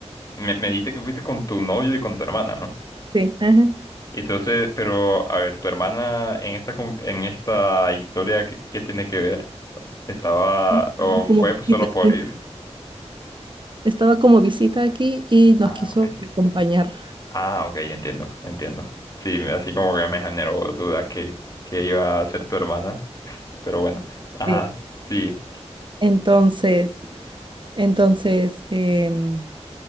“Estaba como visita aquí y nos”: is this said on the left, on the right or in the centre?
Right